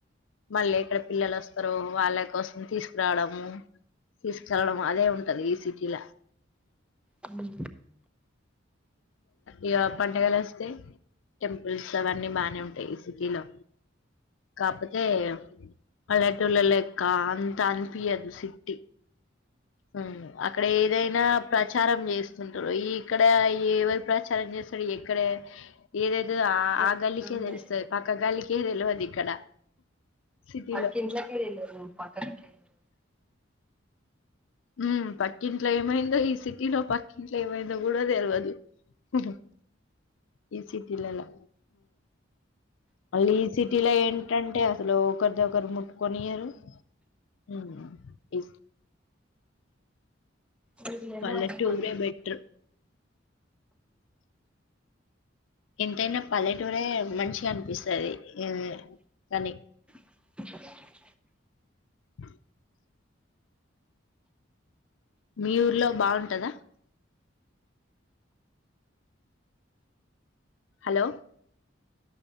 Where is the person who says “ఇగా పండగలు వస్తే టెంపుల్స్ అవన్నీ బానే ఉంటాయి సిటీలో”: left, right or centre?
Left